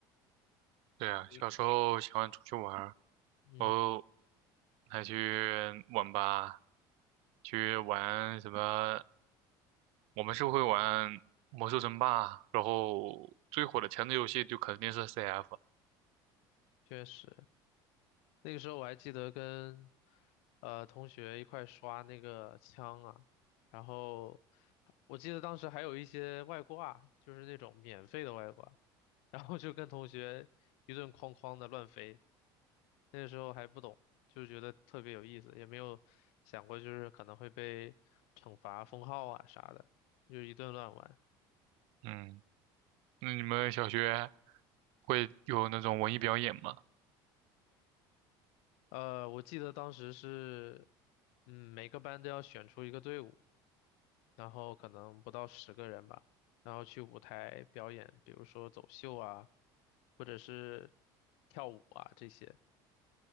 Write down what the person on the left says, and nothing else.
你
嗯，
确实，那个时候我还记得跟呃同学一块刷那个枪啊，然后我记得当时还有一些外挂，就是那种免费的外挂。然后就跟同学一顿哐哐的乱飞。那个时候还不懂，就觉得特别有意思，也没有想过就是可能会被惩罚、封号啊啥的，就一顿乱玩。
呃，我记得当时是，嗯，每个班都要选出一个队伍，然后可能不到十个人吧，然后去舞台表演，比如说走秀啊，或者是跳舞啊这些。